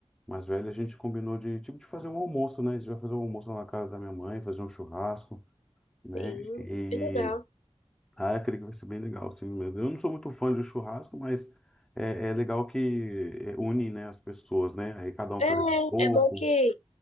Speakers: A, in the centre; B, on the left (about 80°).
A: mais velho, a gente combinou de, tipo, de fazer um almoço, né? A gente vai fazer um almoço lá na casa da minha mãe, fazer um churrasco, né?
B: Sim,
A: E
B: é legal.
A: Ah, eu creio que vai ser bem legal, sim mesmo. Eu não sou muito fã de churrasco, mas é, é legal que é, une, né, as pessoas, né? Aí cada um
B: É,
A: traz um pouco,
B: é bom que,